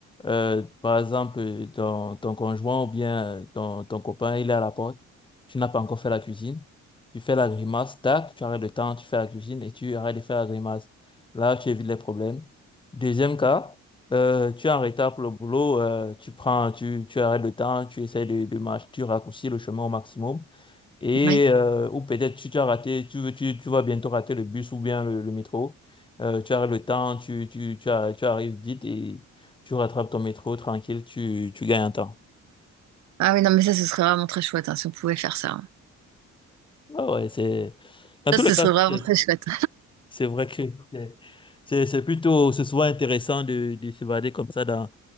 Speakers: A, on the left; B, on the right.
A: euh, par exemple, ton, ton conjoint ou bien euh, ton, ton copain, il est à la porte, tu n'as pas encore fait la cuisine, tu fais la grimace, tac, tu arrêtes le temps, tu fais la cuisine et tu arrêtes de faire la grimace. Là, tu évites les problèmes. Deuxième cas, euh, tu es en retard pour le boulot, euh, tu prends, tu, tu arrêtes le temps, tu essaies de, de marcher, tu raccourcis le chemin au maximum et,
B: Oui.
A: euh, ou peut-être tu, tu as raté, tu, veux- tu, tu vas bientôt rater le bus ou bien le, le métro. Euh, tu as le temps, tu, tu, tu, as- tu arrives vite et tu rattrapes ton métro tranquille, tu, tu gagnes un temps.
B: Ah oui, non, mais ça, ce serait vraiment très chouette hein, si on pouvait faire ça. hein.
A: Ah ouais, c'est... Dans
B: Ça,
A: tous
B: ce
A: les cas,
B: serait vraiment
A: c'est
B: très chouette.
A: c'est vrai que c'est c'est- c'est plutôt, c'est souvent intéressant de, de s'évader comme ça dans,